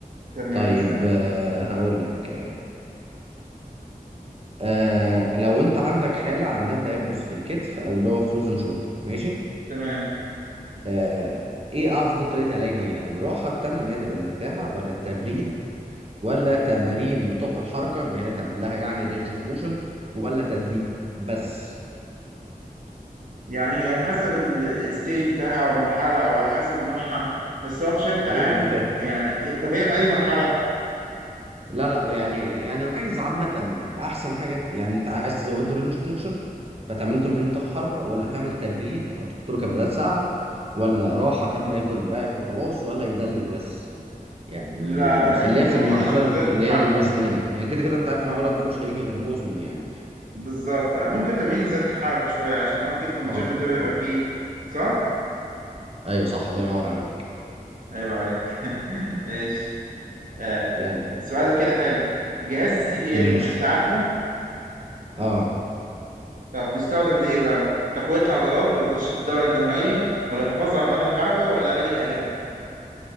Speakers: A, on the right (about 60°); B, on the right (about 40°).
A: تمام
B: طيب
A: اسأل أنت
B: آه هقول لك آه لو انت عندك حاله عندها تيبس في الكتف او اللي هو فروزن شولدر ماشي
A: تمام
B: آه ايه افضل طريقه علاج ليها الراحه التامه ان هي تبقى مرتاحه ولا التبريد ولا تمارين نطاق الحركه ان هي تعمل لها يعني رينج اوف موشن ولا تدليك بس
A: يعني هي على حسب ال- الستيج بتاعها أو المرحلة أو على حسب نوعها بس هو بشكل عام
B: ايوه انا فاهم
A: يعني طب هي في أي مرحلة؟
B: لا لا يعني يعني انا عايز عامه احسن حاجه يعني انت عايز تزود له رينج اوف موشن فتعمله تمرين طاقه حركه ولا تعمل تبريد هتحط له كمادات ساقعه ولا راحه تامه يفضل مريح وخلاص ولا يدلك بس يعني
A: لا تمرين
B: خليها
A: تمرين
B: في المرحله
A: عشان
B: اللي
A: إزالة الحركة
B: هي المزمنه هي كده كده انت عارف
A: اه
B: المرض ده مش هيجي غير مزمن يعني
A: بالظبط آه، ممكن تمرين الذات كحركة شوية عشان هو كتف الجيم
B: اه
A: ده بيبقى
B: آه.
A: فيه صح؟
B: ايوه صح الله ينور عليك
A: عيب عليك <laughs> ماشي آه
B: <laughs> يلا
A: سؤالك كده حلو جهاز السي بي ام
B: ماشي
A: انت عارفه؟
B: اه
A: طب بيستخدم لإيه بقى؟ تقوية العضلات ولا تنشيط الدورة الدموية ولا الحفاظ على مدى الحركة ولا علاج الألم؟